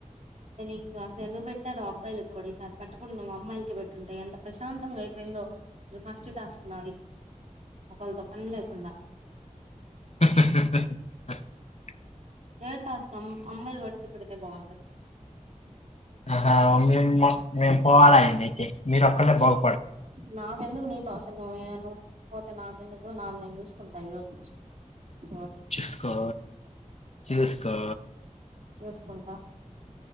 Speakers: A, on the right (about 60°); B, on the left (about 55°).
A: అదే నీకు అసలు ఎందుకుపెట్టారో అబ్బాయిలకి కూడా ఈసారి పెట్టకుండా నువ్ అమ్మాయిల పెట్టుంటే ఎంత ప్రశాంతంగా అయిపోయి దో ఫస్ట్ టాస్క్ నాది ఒకళ్తో పని లేకుండా
B: <unintelligible>
A: ఏ టాస్కు అమ్ అమ్మాయిలు పడితే బాగుండు
B: ఆహా మేము మేము పోవాల ఏంది అయితే మీరొక్కల్లే బాగు
A: నాకు ఎందుకు నీతో అవసరం నువ్వు ఏ పోతే నాకెందుకు నాది నేన్ చూస్కుంటా ఈ రోజ్ నుంచి చూడు
B: చూస్కో చూస్కో
A: చూస్కుంటా